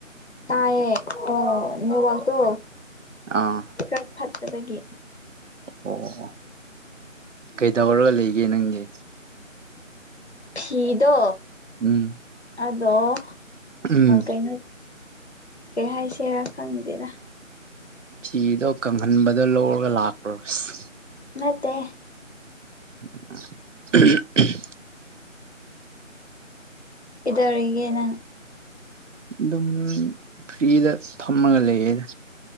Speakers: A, on the left (about 55°); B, on the right (about 65°).
A: ꯇꯑꯦ ꯑꯣ ꯅꯦꯠꯋꯥꯛꯇꯣ
B: ꯑꯥ
A: ꯈ꯭ꯔ ꯐꯠꯇꯕꯒꯤ
B: ꯑꯣ ꯑꯣ ꯀꯩꯗꯧꯔꯒ ꯂꯩꯒꯦ ꯅꯪꯗꯤ
A: ꯐꯤꯗꯣ
B: ꯎꯝ
A: ꯑꯗꯣ
B: ꯎꯝ
A: ꯀꯩꯅꯣ ꯀꯩ ꯍꯥꯏꯁꯦꯔꯥ ꯈꯪꯗꯦꯗ
B: ꯐꯤꯗꯣ ꯀꯪꯍꯟꯕꯗꯣ ꯂꯧꯔꯒ ꯂꯥꯛꯄꯔꯁ
A: ꯅꯠꯇꯦ
B: <inaudible>
A: ꯀꯤꯗꯧꯔꯤꯒꯦ ꯅꯪ
B: ꯑꯗꯨꯝ ꯐ꯭ꯔꯤꯗ ꯐꯝꯃꯒ ꯂꯩꯌꯦꯗ